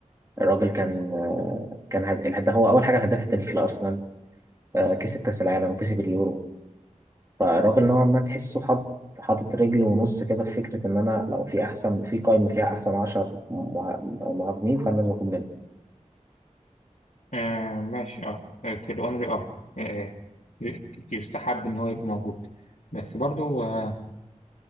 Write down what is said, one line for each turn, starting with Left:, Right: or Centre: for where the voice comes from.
Right: الراجل كان آه، كان هد... الهداف هو أول حاجة الهداف التاريخي لأرسنال آه، كسب كأس العالم وكسب اليورو فالراجل نوعا ما تحسه حط حاطط رجل ونص كده في فكرة إن أنا لو في أحسن في قائمة فيها أحسن 10 مه- مهاجمين فأنا لازم أكون منهم
Left: آه ماشي اه تيل اونري اه آه، ي- يستحب ان هو يبقى موجود بس برضو آه